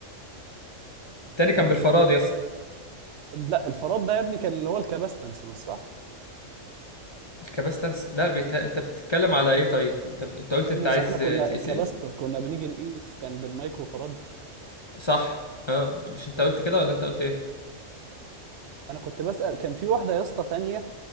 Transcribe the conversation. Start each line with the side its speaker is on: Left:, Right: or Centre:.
Left: التاني كان
Right: مم.
Left: بالفراد
Right: ما...
Left: يا اسطى
Right: لا الفراد ده يا ابني كان اللي هو الكباستنس مش صح
Left: الكباستنس لا بيت... انت بتتكلم على ايه طيب انت انت قلت
Right: يا ابني
Left: انت
Right: مش
Left: عايز
Right: احنا كنا
Left: تقيس
Right: الكباستور
Left: ايه
Right: كنا بنيجي نقيس كان بالمايكرو فراد
Left: صح اه مش انت قلت كده ولا انت قلت ايه
Right: انا كنت بسأل كان في واحده يا اسطى تانية